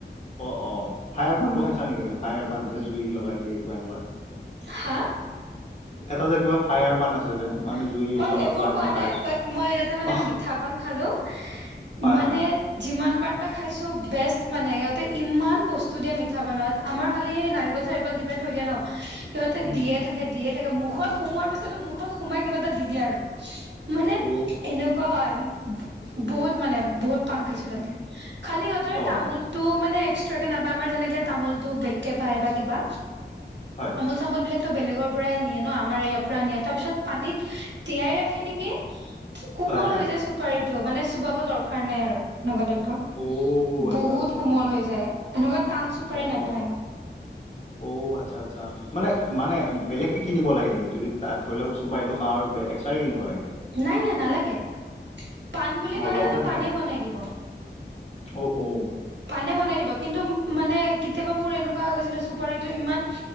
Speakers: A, on the left; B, on the right.
A: অ' অ'! ফায়াৰ পাণটো, খাইছা নেকি? তুমি ফায়াৰ পাণ যে, জুই লগাই দিয়ে, কিবা এনেকুৱা।
B: হা?
A: এটা যে, কিবা ফায়াৰ পাণ আছে যে, মানে।
B: অ'!
A: জুইৰ লগত
B: সেইবোৰ
A: কিবা এনেকে
B: খোৱা
A: খাই
B: নাই।
A: আছো
B: বাত, মই তাতে মানে,
A: অ
B: মিঠাপাণ খালোঁ।
A: হয়
B: মানে
A: হয়
B: যিমান বাৰ খাইছোঁ, বেষ্ট মানে। সিহঁতে, ইমান বস্তু দিয়ে, মিঠা পাণত। আমাৰ খালি, নাৰিকল- চাৰিকল দি পিনে, থৈ দিয়ে ন'। সিহঁতে,
A: উম
B: দিয়ে
A: হম
B: থাকে, দিয়ে থাকে। মুখত সোমোৱাৰ পিছতো, মুখত সোমাই, কিবা এটা দি দিয়ে, আৰু। মানে,
A: অ
B: এনেকুৱা হয়, বহুত মানে, বহুত। পাণ খাইছোঁ তাতে।
A: উম,
B: খালি, সিহঁতৰ
A: অ
B: তামোল তামোলটো মানে, এক্সট্ৰাকে নাপাই। আমাৰ যেনেকে, তামোলটো বেলেগকে পাই বা কিবা।
A: হয়
B: তামোল বিলাকতো, বেলেগৰ পৰাই নিয়ে ন'। আমাৰ, ইয়াৰ পৰা নিয়ে। তাৰপিছত, পানীত তিয়াই ৰাখে নেকি? কোমল
A: হয় হয়
B: হৈ যায়, চোন। পাৰিতো। মানে, চুবাব দৰকাৰ নাই আৰু নগা টাইপৰ
A: অ আচ্ছা
B: বহুত
A: আচ্ছা
B: কোমল
A: সেই-
B: হৈ যায়। এনেকুৱা, টান চুপাৰি
A: অ
B: নাপায়।
A: অ অ'! আচ্ছা, আচ্ছা। মানে, মানে বেলেগকে কিনিব লাগে, নেকি? যদি, ধৰি লওঁক, চুপাৰীটো খাওঁ আৰু এক্সট্ৰাকে, কিনিব লাগে, নেকি?
B: নাই, নাই, নালাগে। পাণ বুলি
A: অ'!
B: ক'লে
A: লগতে
B: সিহঁতে
A: থাকে।
B: পাণেই বনাই দিব
A: ঔ, ঔ।
B: পাণে বনাই দিব। কিন্তু মানে, কেতিয়াবা মোৰ, এনেকুৱা হৈ গৈছিলে, চুপাৰীটো ইমান